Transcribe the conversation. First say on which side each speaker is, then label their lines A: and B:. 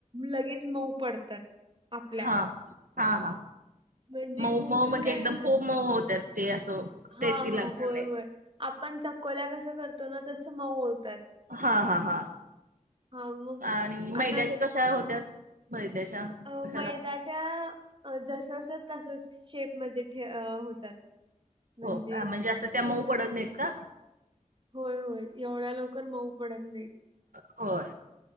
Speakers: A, on the right; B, on the right.
A: लगेच मऊ पडतात आप.
B: ह हा हा
A: म्हणजे
B: मऊ
A: खूप
B: मऊ
A: जण
B: म्हणजे
A: काय
B: एकदम
A: करतात
B: खूप मऊ होत्यात ते असं
A: हा
B: टेस्टी
A: हा
B: लागणार
A: होय
B: नाहीत.
A: होय आपण चकोल्या कसं करतो ना तसं मऊ होत्यात.
B: हा हा हा
A: मग
B: आणि मैद्याच्या
A: आता
B: कशा होत्या मैद्याच्या?
A: अ
B: कशाला
A: मैदाच्या जस च तसच शेपमध्ये ठ होतात. म्हणजे
B: हो हा, असं त्या
A: शेपमध्येच.
B: मऊ पडत नाहीत का
A: होय होय एवढ्या लवकर मऊ पडत नाहीत.
B: होय